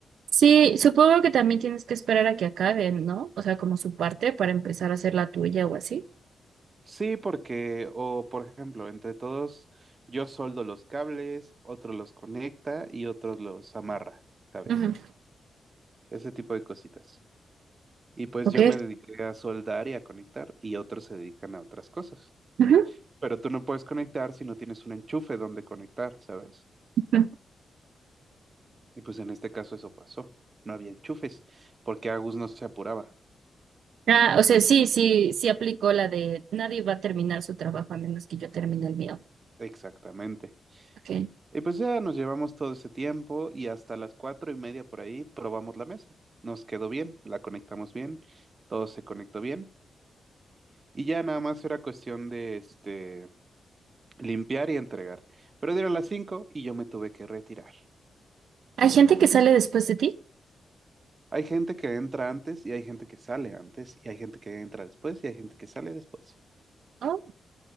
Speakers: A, on the right; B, on the right.
A: Sí, supongo que también tienes que esperar a que acaben, ¿no? O sea, como su parte para empezar a hacer la tuya o así.
B: Sí, porque, o por ejemplo, entre todos, yo soldo los cables, otro los conecta y otro los amarra, ¿sabes?
A: Ujú.
B: Ese tipo de cositas. Y pues
A: Ok.
B: yo me dediqué a soldar y a conectar, y otros se dedican a otras cosas.
A: Ujú.
B: Pero tú no puedes conectar si no tienes un enchufe donde conectar, ¿sabes?
A: Ujú.
B: Y pues en este caso eso pasó. No había enchufes, porque Agus no se apuraba.
A: Ah, o sea, sí, sí, sí aplicó la de nadie va a terminar su trabajo a menos que yo termine el mío.
B: Exactamente.
A: Ok.
B: Y pues ya nos llevamos todo ese tiempo y hasta las cuatro y media por ahí probamos la mesa. Nos quedó bien, la conectamos bien, todo se conectó bien. Y ya nada más era cuestión de este limpiar y entregar. Pero dieron las cinco y yo me tuve que retirar.
A: ¿Hay gente que sale después de ti?
B: Hay gente que entra antes y hay gente que sale antes y hay gente que entra después y hay gente que sale después.
A: Oh,